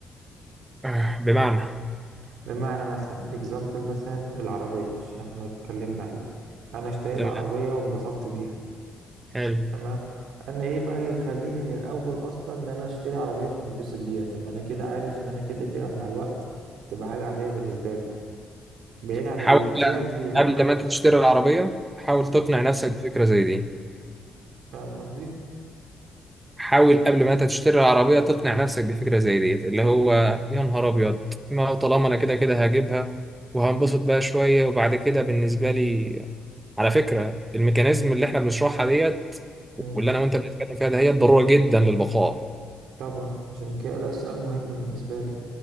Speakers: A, on the right; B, on the right.
A: آه، بمعنى
B: بمعنى مثلا اكزامبل مثلا العربية عشان احنا اتكلمنا عليه انا اشتريت
A: تمام
B: عربية وانبسطت بيها
A: حلو
B: تمام انا ايه بقى اللي يخليني من الاول اصلا ان انا اشتري عربية عشان انبسط بيها طب ما انا كده عارف ان انا كده كده مع الوقت تبقى حاجة عادية بالنسبة لي بعيد عن
A: حاول
B: الاحتياج
A: بقى
B: ليها
A: قبل ما انت تشتري العربية حاول تقنع نفسك بفكرة زي دي
B: فاهم قصدي؟
A: حاول قبل ما انت تشتري العربية تقنع نفسك بفكرة زي دي اللي هو يا نهار ابيض ما هو طالما انا كده كده هجيبها وهنبسط بقى شوية وبعد كده بالنسبة لي على فكرة الميكانيزم اللي احنا بنشرحها ديت
B: مم.
A: واللي انا وانت بنتكلم فيها ده هي الضرورة جدا للبقاء
B: طبعا عشان كده ده سؤال مهم بالنسبة لي